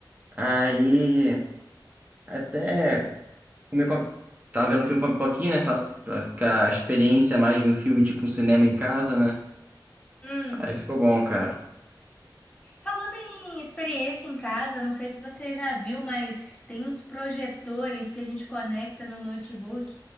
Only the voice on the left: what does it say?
Hum.
Falando em experiência em casa, não sei se você já viu, mas tem uns projetores que a gente conecta no notebook